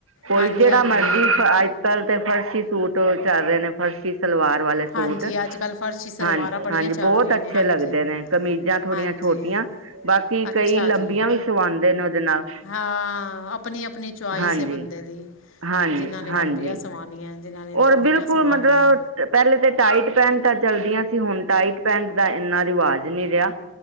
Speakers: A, on the right (about 85°); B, on the left (about 75°).
A: ਕੋਈ
B: ਹਾਂਜੀ
A: ਜਿਹੜਾ
B: ਹਾਂਜੀ
A: ਮਰਜੀ ਅੱਜ ਕੱਲ੍ਹ ਤੇ ਫਰਸ਼ੀ ਸੂਟ ਚੱਲ ਰਹੇ ਨੇ ਫ਼ਰਸ਼ ਸਲਵਾਰ ਵਾਲੇ ਸੂਟ
B: ਹਾਂਜੀ ਅੱਜ ਕੱਲ੍ਹ ਫਰਸ਼ੀ ਸਲਵਾਰਾਂ
A: ਹਾਂ
B: ਬੜੀਆਂ
A: ਹਾਂਜੀ
B: ਚੱਲ
A: ਬਹੁਤ
B: ਰਹੀਆਂ
A: ਅੱਛੇ
B: ਨੇ ਹਾਂਜੀ
A: ਲੱਗਦੇ
B: ਹਾਂਜੀ
A: ਨੇ। ਕਮੀਜ਼ਾਂ ਥੋੜੀਆਂ
B: ਹਾਂਜੀ
A: ਛੋਟੀਆਂ ਬਾਕੀ
B: ਅੱਛਾ
A: ਕਈ ਲੰਬੀਆਂ
B: ਜੀ
A: ਵੀ ਸਵਾਉਂਦੇ ਨੇ ਉਹਦੇ ਨਾਲ
B: ਹਾਂ ਆਪਣੀ ਆਪਣੀ ਚੁਆਇਸ
A: ਹਾਂਜੀ
B: ਹੈ ਬੰਦੇ ਦੀ
A: ਹਾਂਜੀ
B: ਜਿਨ੍ਹਾਂ ਨੇ ਲੰਬੀਆਂ
A: ਹਾਂਜੀ
B: ਸਵਾਨੀਆਂ ਜਿਨ੍ਹਾਂ ਨੇ
A: ਔਰ
B: ਛੋਟੀਆਂ
A: ਬਿਲਕੁਲ
B: ਸਵਾਉਣੀਆਂ।
A: ਮਤਲਬ ਪਹਿਲੇ ਤੇ ਟਾਈਟ ਪੈਂਟਾਂ ਚੱਲਦੀਆਂ ਸੀ ਹੁਣ ਟਾਈਟ ਪੈਂਟ ਦਾ ਇੰਨਾ ਰਿਵਾਜ਼ ਨਹੀਂ ਰਿਹਾ।